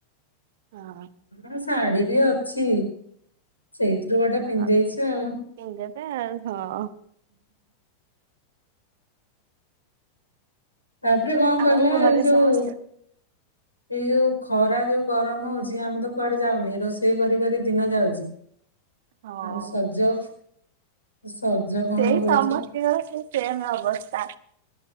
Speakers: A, on the right (about 55°); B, on the left (about 80°).
A: ହଁ
B: ହଁ। ଶାଢୀ ବି ଅଛି ସେଇ। ପିତୁ ଗଟେ ପିନ୍ଧେଇଛ
A: ହଁ
B: ଆଉ।
A: ପିନ୍ଧିଦେବେ ଆଉ ହଁ
B: ତାପରେ କଣ କହିଲା
A: ଆଉ ଘରେ
B: ଏଇ ଯୋଉ।
A: ସମସ୍ତେ
B: ଏଇ ଯୋଉ ଖରା ଯୋଉ ଗରମ ହଉଛି ଆମେ ତ କୁଆଡେ ଯାଉନି ରୋଷେଇ କରି କରି ଦିନ ଯାଉଛି।
A: ହଁ।
B: ଆଉ ସଜ ସଜ କଣ
A: ସେଇ
B: ହଉଛି।
A: ସମସ୍ତଙ୍କର ସେଇ ସେମ୍ ଅବସ୍ଥା।